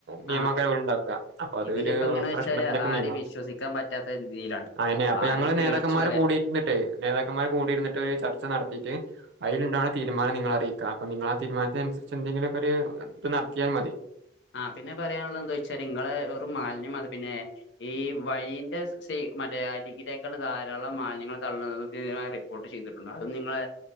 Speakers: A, on the right (about 75°); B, on the left (about 80°).
A: നിയമയ്കരം
B: ആഹ്
A: ഒല് ഉണ്ടാക്കുക അപ്പൊ അത്
B: ഇതിലിപ്പോ
A: ഒരു
B: എങ്ങനെ
A: പ്രശ്നത്തിലേക്ക്
B: വെച്ചാല് ആരെയും
A: നീങ്ങാം
B: വിശ്വസിക്കാൻ പറ്റാത്ത രീതിയിലാണ്
A: അയെന്നെ അപ്പൊ
B: ആരെയൊക്കെ
A: ഞങ്ങള് നേതാക്കന്മാര്
B: വിളിച്ചു പറയാ
A: കൂടിയിരുന്നിട്ട് നേതാക്കന്മാര് കൂടിയിരുന്നിട്ട് ഒരു ചർച്ച നടത്തിട്ട് അതിൽ ഉണ്ടാകുന്നേ തീരുമാനം നിങ്ങളെ അറിയിക്കാം അപ്പെ നിങ്ങള ആ തീരുമാനത്തിനനുസരിച്ച് എന്തെിലും ഒര് ഇത് നടത്തിയാൽ മതി
B: ആ പിന്നെ പറയാനുള്ളത് എന്താ വെച്ചാല് നിങ്ങള വെറും ഒരു മാലിന്യം അത് പിന്നെ ഈ വഴിയിന്റെ സൈ മറ്റേ അരികിലായിക്കണ്ട് ധാരാളം മാലിന്യങ്ങൾ തള്ളുന്ന റിപ്പോർട്ട് ചെയ്തിട്ടുണ്ട് അതും നിങ്ങള്